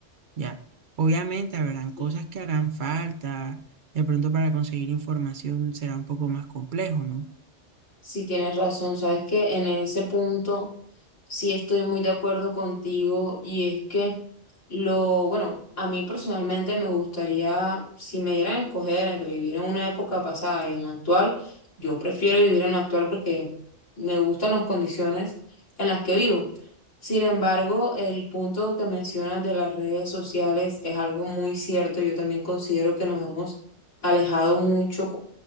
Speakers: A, on the right (about 50°); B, on the left (about 85°).
A: ¿ya? Obviamente habrán
B: Sí.
A: cosas que harán falta, de pronto para conseguir información será un poco más complejo, ¿no?
B: Sí, tienes razón, sabes que en ese punto sí estoy muy de acuerdo contigo y es que lo, bueno, a mí personalmente me gustaría, si me dieran a escoger entre vivir en una época pasada y en la actual, yo prefiero vivir en la actual porque me gustan las condiciones en las que vivo. Sin embargo, el punto que mencionas de las redes sociales es algo muy cierto. Yo también considero que nos hemos alejado mucho